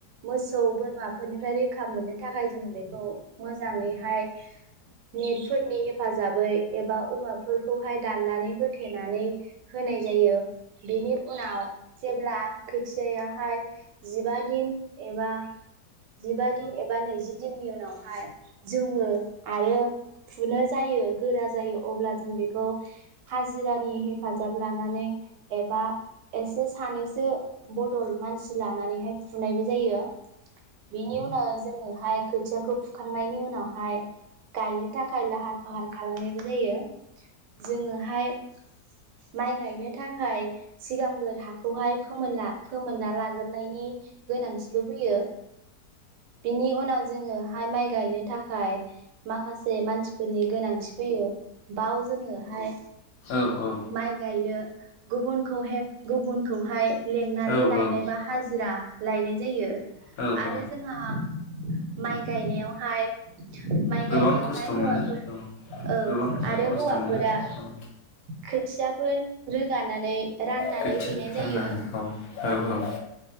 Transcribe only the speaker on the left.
औ औ
औ
औ
औ
गोबां खस्थ'
मोनो औ
गोबां
खस्थ'
मोनो औ।
खोथि
रानना होनाय औ, औ औ।